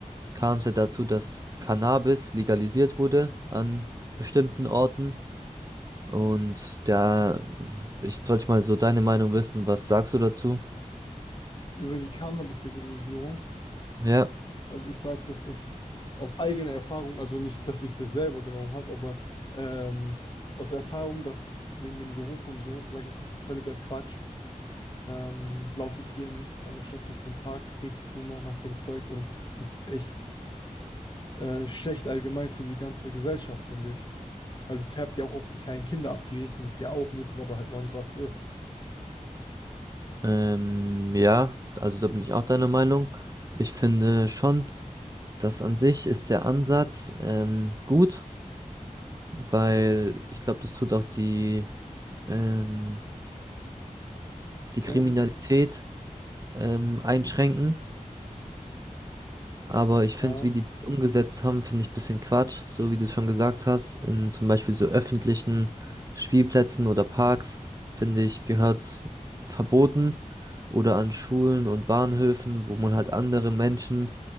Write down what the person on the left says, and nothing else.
Über die Cannabis-Legalisierung.
Also ich sag, das ist aus eigener Erfahrung, also nicht, dass ich es jetzt selber genommen habe, aber ähm, aus Erfahrung, dass wegen dem Geruch und so, sage ich, das ist völliger Quatsch. Ähm, laufe ich hier in einer Stadt durch den Park, riecht's nur noch nach dem Zeug und das ist echt äh, schlecht allgemein für die ganze Gesellschaft, finde ich. Weil es färbt ja auch auf die kleinen Kinder ab. Die riechen es ja auch, wissen es aber halt noch nicht, was es ist.
Drogen,
ja.